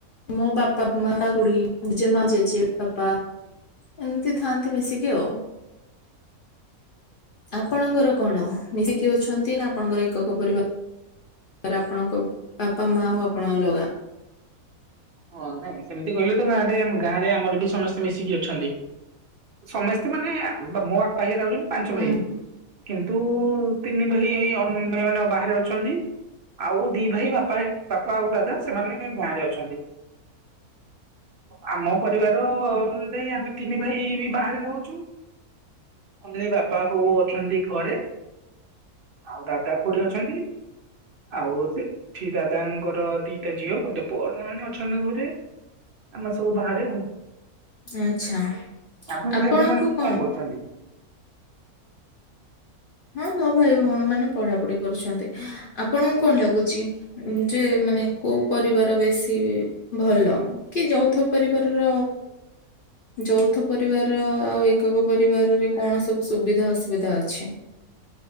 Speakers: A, on the left (about 70°); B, on the right (about 50°).
A: ମୋ ବାପା ମା ଉଡି ଜେମା ଜେଜେ ବାପା। ଏମତି ଥାଆନ୍ତି ମିଶିକି ଆଉ। ଆପଣଙ୍କର କଣ ମିଶିକି ଅଛନ୍ତି ନାଁ ଆପଣଙ୍କର ଏକକ ପରିବା ରା ଆପଣଙ୍କ ବାପା ମା ଆଉ ଆପଣ ଅଲଗା।
B: ହଁ ନାଇଁ ସେମତି କହିଲେ ତ ଗାଁରେ ଆମ ଗାଁରେ ଆମର ବି ସମସ୍ତେ ମିଶିକି ଅଛନ୍ତି। ସମେସ୍ତେ ମାନେ ବା ମୋ ବାପା ହାଇଆରା ହଉଚନ୍ତି ପାଞ୍ଚ
A: ହୁଁ।
B: ଭାଇ କିନ୍ତୁ ତିନି ଭାଇ ଭାଇ ଏଇ ଅ ଭାଇମାନେ ଅ ବାହାରେ ଅଛନ୍ତି। ଆଉ ଦି ଭାଇ ବାପା ହେ ବାପା ଆଉ ଦାଦା ସେମାନେ ଗାଁରେ ଅଛନ୍ତି। ଆମ ପରିବାର ଯଦି ଆମେ ତିନି ଭାଇ ବି ଇ ବାହାରେ ରହୁଚୁ ଓନ୍ଲି ବାପା ବୋଉ ଅଛନ୍ତି ଘରେ। ଆଉ ଦାଦା ଖୁଡ଼ୀ ଅଛନ୍ତି। ଆଉ ସେଠି ଦାଦାଙ୍କର ଦିଟା ଝିଅ ଗୋଟେ ପୁଅ ସେମାନେ ଅ ଅଛନ୍ତି ଘରେ ଆମେ ସବୁ ବାହାରେ ଆଉ।
A: ଆଚ୍ଛା
B: ଆପଣଙ୍କ
A: ଆପଣଙ୍କୁ
B: ଭାଇ ଭୋଉଣୀ ମାନେ
A: କଣ
B: କଁ କରୁଚନ୍ତି?
A: ହଁ ମୋ ଭାଇ ଭୋଉଣୀ ମାନେ ପଢ଼ାପଢ଼ି କରୁଛନ୍ତି। ଆପଣଙ୍କୁ କଣ ଲାଗୁଚି ଯେ ମାନେ କୋଉ ପରିବାର ବେଶୀ ଭଲ କି ଯୌଥ ପରିବାରର ଯୌଥ ପରିବାର ଆଉ ଏକକ ପରିବାରରେ କଣ ସବୁ ସୁବିଧା ଅସୁବିଧା ଅଛି?